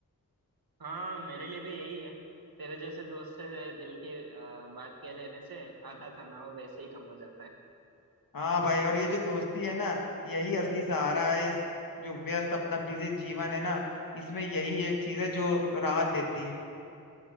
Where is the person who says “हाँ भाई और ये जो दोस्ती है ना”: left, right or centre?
Left